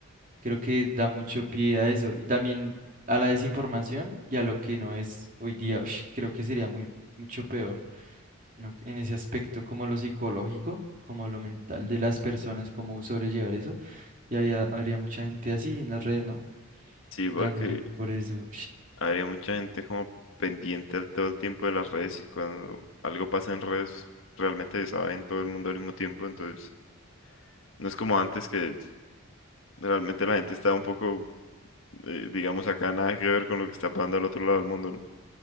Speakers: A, on the right (about 35°); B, on the left (about 65°).
A: Creo que da mucho pie a eso y también a la desinformación y a lo que no es hoy día. Ush, creo que sería muy, mucho peor, ¿no? En ese aspecto, como lo psicológico, como lo mental de las personas, cómo sobrellevar eso. Y había, habría mucha gente así en las redes, ¿no?
B: sí, porque
A: Dándole por eso.
B: Habría mucha gente como pendiente al- todo el tiempo de las redes y cuando algo pasa en redes realmente se sabe en todo el mundo al mismo tiempo, entonces no es como antes que realmente la gente está un poco, eh, digamos acá, nada que ver con lo que está pasando al otro lado del mundo, ¿no?